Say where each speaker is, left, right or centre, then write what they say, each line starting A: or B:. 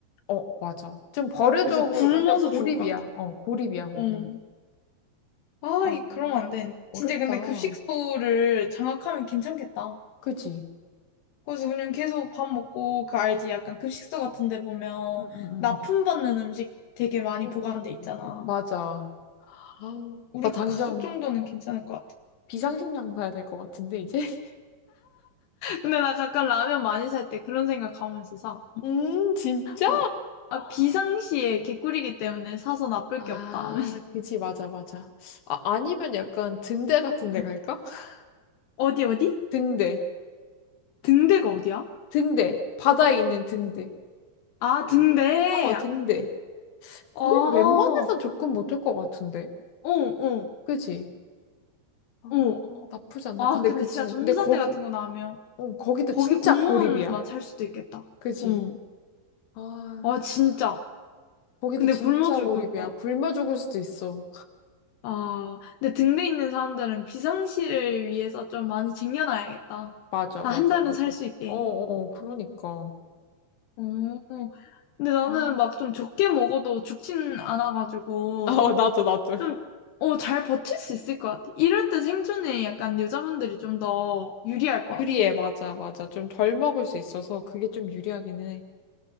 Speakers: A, on the left; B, on the left.
A: 어, 맞아. 좀 버려져고
B: 그래서 굶어서
A: 완전 고립이야.
B: 죽을 것 같아.
A: 어, 고립이야, 거긴.
B: 어. 아,
A: 아,
B: 이 그러면 안 돼.
A: 어렵다.
B: 진짜 근데
A: 어,
B: 급식소를 장악하면 괜찮겠다.
A: 그지?
B: 그래서 그냥 계속 밥 먹고 그 알지? 약간 급식소 같은 데 보면
A: 응, 응, 응.
B: 납품받는
A: 응.
B: 음식 되게 많이
A: 응,
B: 보관돼
A: 응, 응,
B: 있잖아.
A: 응. 맞아. 아,
B: 우리
A: 나 당장
B: 가족 정도는 괜찮을 것 같아.
A: 비상식량 사야 될 것 같은데, 이제? <laughs>
B: 근데 나 가끔 라면 많이 살 때 그런 생각하면서 사.
A: 음, 진짜?
B: 어. 아, 비상시에 개꿀이기 때문에 사서 나쁠
A: 아,
B: 게 없다. 하면서.
A: 그지, 맞아, 맞아. 아, 아니면 약간 등대 같은 데
B: 음.
A: 갈까? <laughs>
B: 어디, 어디?
A: 등대,
B: 등대가 어디야?
A: 등대, 바다에 있는 등대.
B: 아,
A: 이-
B: 등대!
A: 어, 등대.
B: 어,
A: 거긴
B: 어,
A: 웬만해선 접근 못할 것 같은데,
B: 어,
A: 그지? 아,
B: 어.
A: 나쁘지 않다.
B: 아,
A: 근데
B: 근데
A: 그
B: 진짜
A: 진,
B: 좀비
A: 근데 거기,
B: 사태 같은 거 나오면
A: 어, 거기도
B: 거기
A: 진짜
B: 공무원만
A: 고립이야.
B: 살 수도 있겠다.
A: 그지?
B: 어.
A: 아,
B: 아, 진짜.
A: 거기도
B: 근데
A: 진짜
B: 굶어 죽을
A: 고립이야.
B: 것 같아.
A: 굶어 죽을 수도 있어.
B: 아, 근데 등대 있는 사람들은 비상시를 위해서 좀 많이 쟁여놔야겠다.
A: 맞아,
B: 아,
A: 맞아,
B: 한 달은
A: 맞아.
B: 살 수 있게.
A: 어, 어, 그러니까.
B: 어, 근데 나는
A: 아.
B: 막 좀 적게 먹어도 죽진 않아가지고,
A: <laughs> 어, 나도, 나도.
B: 좀, 어, 잘 버틸 수 있을 것 같아. 이럴 때 생존에 약간 여자분들이 좀 더 유리할 것 같아.
A: 유리해, 맞아, 맞아. 좀 덜 먹을 수 있어서 그게 좀 유리하기는 해.